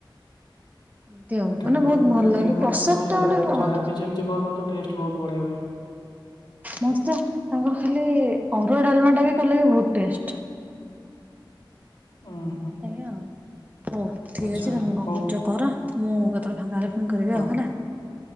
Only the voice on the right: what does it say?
ଏମିତି ଆଉ
ମାନେ ବହୁତ୍
ଭଲ ଲାଗେ
ପ୍ରସାଦ
ଗୋଟେ <unintelligible>
ହଁ ହଁ
ମୋତେ ତାଙ୍କର ଖାଲି ଅରୁଆ ଡ଼ାଲମାଟାବି କଲେବି ବହୁତ୍ ଟେଷ୍ଟେ।
ଏଇଆ ଆଉ ହଉ ଠିକ୍
ଅଛି ତମେ କଣ
କରୁଚ କର ମୁଁ କେତେବେଳେ ଫାଙ୍କା ହେଲେ ଫୁଣି କରିବି
ଆଉ ହେଲା।